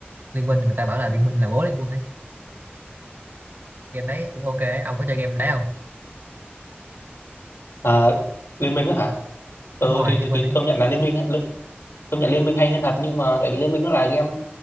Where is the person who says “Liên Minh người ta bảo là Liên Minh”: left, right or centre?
Right